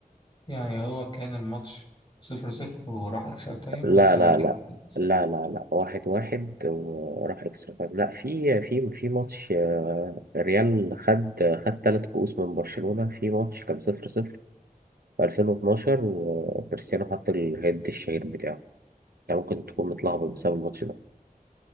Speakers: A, on the left; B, on the right.
A: يعني هو كان الماتش صفر صفر وراح اكسترا تايم
B: لا
A: ولا كان
B: لا
A: واحد
B: لا
A: واحد
B: لا لا لا واحد واحد وراح اكسترا تايم لا في في في ماتش آه، الريال خد خد ثلاث كؤوس من برشلونة في ماتش كان صفر صفر في 2012 وكريستيانو حط الهيد الشهير بتاعه يعني ممكن تكون متلخبط بسبب الماتش ده